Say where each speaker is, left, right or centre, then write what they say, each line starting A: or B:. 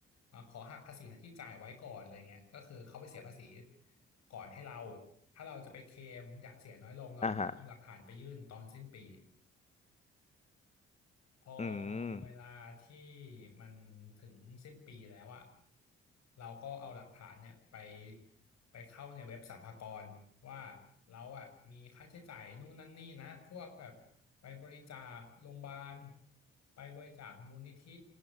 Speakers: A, on the left; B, on the left.
A: เอ่อขอหักภาษีนะที่จ่ายไว้ก่อนอะไรเงี้ยก็คือเขาไปเสียภาษีก่อนให้เราถ้าเราจะไปเคลมอยากเสียน้อยลงเราต้องมีหลักฐานไปยื่นตอนสิ้นปี
B: อ่ะฮะ
A: พอ
B: อืม
A: เวลาที่มันถึงสิ้นปีแล้วอะเราก็เอาหลักฐานเนี่ยไปไปเข้าในเว็บสรรพากรว่าเราอะมีค่าใช้จ่ายนู่นนั่นนี่นะพวกแบบไปบริจาคโรงพยาบาลไปบริจาคมูลนิธิ